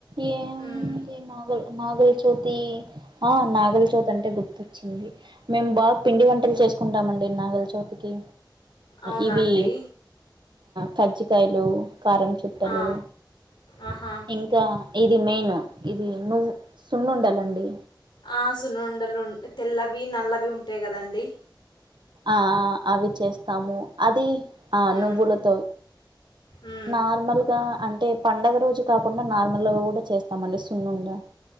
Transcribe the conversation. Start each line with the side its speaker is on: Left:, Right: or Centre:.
Right: ఏ
Left: మ్మ్.
Right: మగలు నాగలచవితి ఆ నాగలచోతి అంటే గుర్తొచ్చింది మేము బాగా పిండి వంటలు చేసుకుంటామండి నాగలచౌతికి
Left: అవునా
Right: ఇవి
Left: అండి
Right: తజి కాయలు కారం చుట్టలు
Left: ఆ. ఆహా
Right: ఇంకా ఇది మెయిన్ ఇది నువ్వు సున్ను ఉండాలండి
Left: ఆ సునుండలు తెల్లవి నల్లవి ఉంటాయి కదండీ
Right: ఆ అవి చేస్తాము అది ఆ
Left: మ్మ్,
Right: నువ్వులతో
Left: మ్మ్.
Right: నార్మల్గా అంటే పండగ రోజు కాకుండా నార్మల్ కూడా చేస్తామండి సున్ను ఉండ